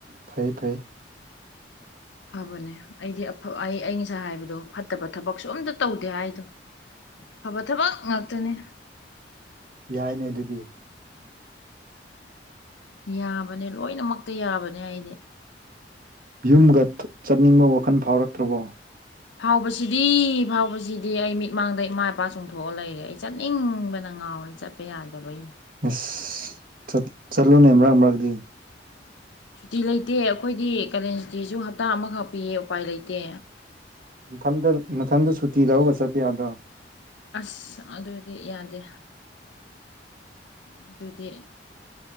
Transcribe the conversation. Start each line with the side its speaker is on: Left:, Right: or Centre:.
Right: ꯐꯩ ꯐꯥꯏ
Left: ꯐꯕꯅꯦ ꯑꯩꯗꯤꯐ ꯑꯩ ꯑ ꯉꯁꯥ ꯍꯥꯏꯕꯗꯣ ꯐꯠꯇꯕ ꯊꯕꯛꯁꯨ ꯑꯝꯇ ꯇꯧꯗꯦ ꯍꯥꯏꯗꯣ ꯐꯕ ꯊꯕꯛ ꯉꯥꯛꯇꯅꯤ
Right: ꯌꯥꯏꯅꯦ ꯑꯗꯨꯗꯤ
Left: ꯌꯥꯕꯅꯦ ꯂꯣꯏꯅꯃꯛꯇ ꯌꯥꯕꯅꯦ ꯑꯩꯗꯤ
Right: ꯌꯨꯝꯒ ꯆꯠꯅꯤꯡꯕ ꯋꯥꯈꯜ ꯐꯥꯎꯔꯛꯇ꯭ꯔꯕꯣ
Left: ꯐꯥꯎꯕꯁꯤꯗꯤ ꯐꯥꯎꯕꯁꯤꯗꯤ ꯑꯩ ꯃꯤꯠꯃꯥꯡꯗ ꯏꯃꯥ ꯏꯄꯥ ꯆꯣꯡꯊꯣꯛꯑ ꯂꯩꯔꯦ ꯑꯩ ꯆꯠꯅꯤꯡꯕꯅ ꯉꯥꯎꯔꯦ ꯆꯠ ꯆꯤꯄ ꯌꯥꯗꯕꯒꯤꯅꯤ
Right: ꯑꯁ ꯆꯠꯂꯨꯅꯦ ꯃꯔꯛ ꯃꯔꯛꯇꯗꯤ
Left: ꯁꯨꯇꯤ ꯂꯩꯇꯦ ꯑꯩꯈꯣꯏꯗꯤ ꯀꯥꯂꯦꯟ ꯁꯨꯇꯤꯁꯨ ꯍꯞꯇꯥ ꯑꯃꯈꯛ ꯄꯤꯌꯦ ꯎꯄꯥꯏ ꯂꯩꯇꯦ
Right: ꯃꯊꯟꯗ ꯃꯊꯟꯗ ꯁꯨꯇꯤ ꯂꯧꯔꯒ ꯆꯠꯄ ꯌꯥꯗ꯭ꯔꯣ
Left: ꯑꯁ ꯑꯗꯨꯗꯤ ꯌꯥꯗꯦ ꯑꯗꯨꯗꯤ